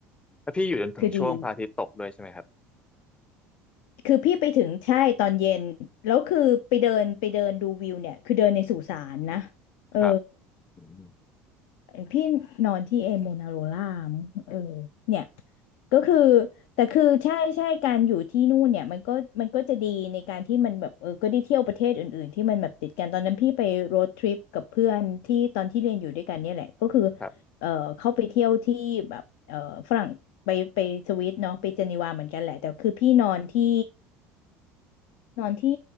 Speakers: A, on the left; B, on the left.
A: แล้วพี่อยู่จนถึงช่วงพระอาทิตย์ตกด้วยใช่ไหมครับ
B: คือดี คือพี่ไปถึงใช่ตอนเย็น แล้วคือไปเดินไปเดินดูวิวเนี่ย คือเดินในสุสานนะเออ
A: ครับอืม
B: เออพี่นอนที่เอโมนาโรล่ามั้งเออเนี่ยก็คือแต่คือใช่ใช่การอยู่ที่นู่นเนี่ยมันก็มันก็จะดีในการที่มันแบบเออก็ได้เที่ยวประเทศอื่นๆที่มันแบบติดกันตอนนั้นพี่ไปโรดทริปกับเพื่อนที่ตอนที่เรียนอยู่ด้วยกันเนี่ยแหละก็คือ
A: ครับ
B: เออเข้าไปเที่ยวที่แบบเออฝรั่งไปไปสวิตเนาะไปเจนีวาเหมือนกันแหละแต่คือพี่นอนที่ นอนที่